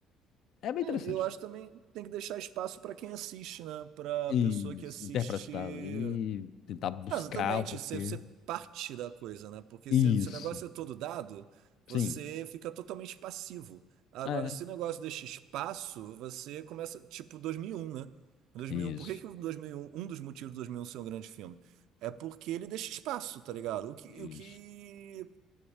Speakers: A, on the left; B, on the right.
A: É bem interessante.
B: é, eu acho também tem que deixar espaço para quem assiste, né? Para
A: Isso,
B: pessoa que assiste.
A: interpretar ali, tentar buscar
B: Ah, Exatamente,
A: o porquê.
B: você, você parte da coisa, né? Porque
A: Isso,
B: se, se o negócio é todo dado, você
A: sim.
B: fica totalmente passivo. Agora,
A: É.
B: se o negócio deixa espaço, você começa, tipo 2001, né? 2001,
A: Isso,
B: por que que o 2001, um um dos motivos do 2001 ser um grande filme? É porque ele deixa espaço, tá ligado? O que,
A: isso.
B: o que